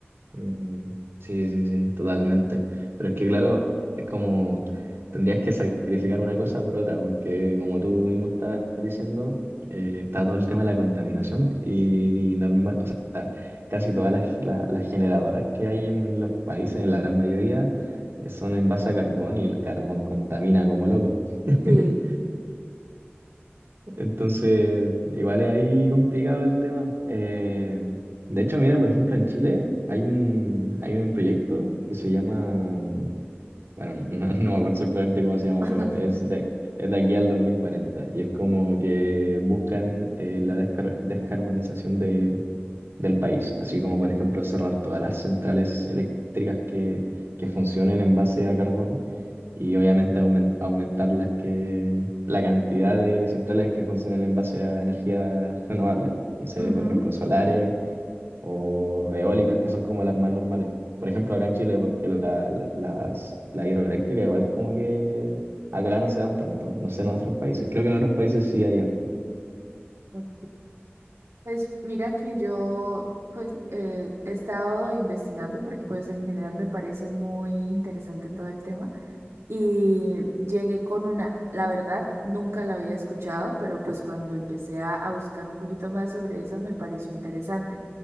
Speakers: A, on the right; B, on the right.
A: Mm, Sí, sí, sí, totalmente. Pero es que, claro, es como tendrías que sacrificar una cosa por otra, porque como tú mismo estabas diciendo, eh, está todo el tema de la contaminación y normal, o sea, casi todas las, la- las generadoras que hay en los países, en la gran mayoría, eh, son en base a carbón y el carbón contamina como loco. <laughs>
B: Sí.
A: Entonces, igual es ahí complicado el tema. Eh, de hecho, mira, por ejemplo, en Chile hay un, hay un proyecto que se llama, bueno, no, <laughs> no, no me acuerdo exactamente cómo se llama,
B: <laughs>
A: pero es de, es de aquí al 2040 y es como que buscan eh, la descar- descarbonización de, del país, así como por ejemplo cerrar todas las centrales eléctricas que, que funcionen en base a carbón y obviamente aument- aumentar las que, la cantidad de centrales que funcionen en base a energía renovable, no sé,
B: Ujú.
A: por ejemplo, solares o eólicas, que son como las más normales. Por ejemplo, acá en Chile, porque la, la- las, la hidroeléctrica igual como que acá no se dan tanto, no sé en otros países. Creo que en otros países sí hay harto.
B: Ok. Pues mira que yo pues eh, he estado investigando porque pues en general me parece muy interesante todo el tema y llegué con una, la verdad nunca la había escuchado, pero pues cuando empecé a, a buscar un poquito más sobre esa me pareció interesante.